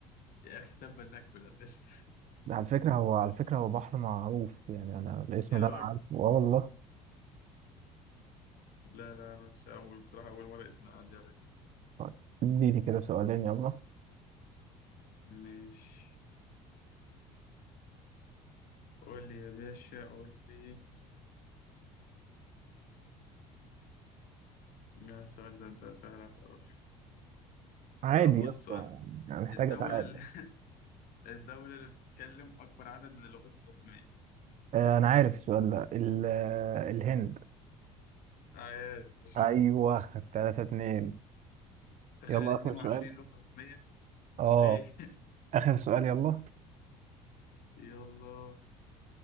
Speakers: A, on the left; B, on the right.
A: يا أخي تبا لك بالأسئلة <laughs>
B: ده على فكرة هو على فكرة هو بحر معروف يعني أنا الاسم
A: يا
B: ده
A: راجل
B: أنا عارفه آه والله
A: لا لا أنا مش أول بصراحة أول مرة اسم يعدي عليا
B: طيب، اديني كده سؤالين يلا
A: ماشي قول لي يا باشا قول لي لا السؤال ده أنت سهل هتعرف
B: عادي
A: آه،
B: يا
A: خد السؤال
B: اسطى
A: ده.
B: يعني محتاج
A: الدولة
B: أتعادل
A: اللي <laughs> الدولة اللي بتتكلم أكبر عدد من اللغات الرسمية
B: آه، أنا عارف السؤال ده ال- آه، الهند
A: عايش
B: أيوه تلاتة اتنين
A: تخيل
B: يلا
A: 22
B: آخر سؤال
A: لغة رسمية
B: أه
A: ليه؟ <laughs>
B: آخر سؤال يلا
A: يلا